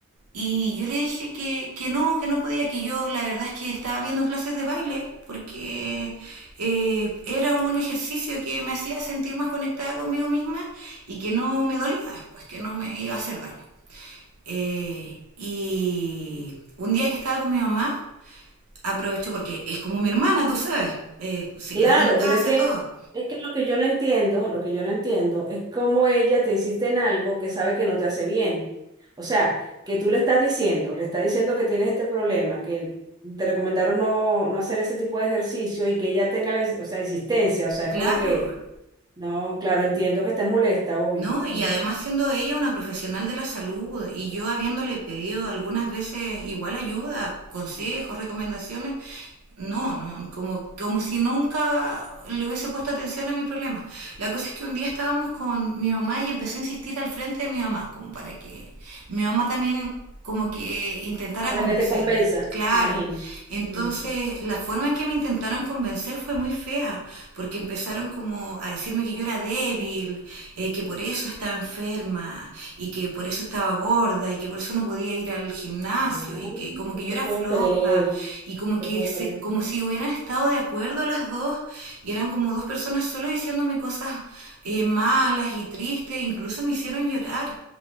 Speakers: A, on the right (about 85°); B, on the right (about 20°).
A: Y yo le dije que, que no, que no podía, que yo la verdad es que estaba viendo clases de baile porque eh, era un ejercicio que me hacía sentir más conectada conmigo misma y que no me dolía después, que no me iba a hacer daño. Eh, y un día que estaba con mi mamá, aproveché porque es como mi hermana, tú sabes, eh, se
B: Claro,
A: quedaba en mi casa,
B: pero es que,
A: todo.
B: es que lo que yo no entiendo, lo que yo no entiendo es cómo ella te insiste en algo que sabe que no te hace bien. O sea, que tú le estás diciendo, le estás diciendo que tienes este problema, que te recomendaron no, no hacer ese tipo de ejercicio y que ella tenga la, ins- o sea, insistencia. O sea, es
A: Claro,
B: como que, no, claro, entiendo que estés molesta, obvio.
A: No, y
B: Ujú.
A: además siendo ella una profesional de la salud y yo habiéndole pedido algunas veces igual ayuda, consejos, recomendaciones, no, no, como, como si nunca le hubiese puesto atención a mi problema. La cosa es que un día estábamos con mi mamá y empezó a insistir al frente de mi mamá, como para que mi mamá también como que intentara
B: Para
A: convencerme.
B: que te convenza,
A: Claro.
B: imagina.
A: Entonces,
B: Mm.
A: la forma en que me intentaron convencer fue muy fea, porque empezaron como a decirme que yo era débil, eh, que por eso estaba enferma, y que por eso estaba gorda, y que por eso no podía ir al gimnasio,
B: No,
A: y que
B: no
A: como que yo
B: te
A: era
B: puedo
A: floja,
B: creer, no
A: y como
B: te
A: que
B: puedo
A: se-
B: creer.
A: como si hubieran estado de acuerdo las dos dos y eran como dos personas solo diciéndome cosas eh, malas y tristes, incluso me hicieron llorar.